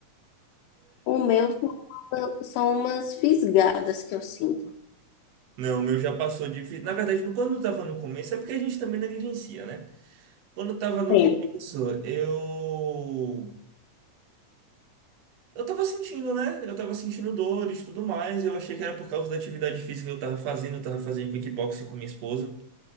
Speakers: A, on the left; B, on the right.
A: O meu são, são umas fisgadas que eu sinto.
B: Não, o meu já passou de. Na verdade, quando eu tava no começo, é porque a gente também negligencia, né? Quando eu tava no
A: Sempre,
B: começo, eu. Eu tava sentindo, né? Eu tava sentindo dores e tudo mais. Eu achei que era por causa da atividade física que eu tava fazendo. Eu tava fazendo kickboxing com minha esposa.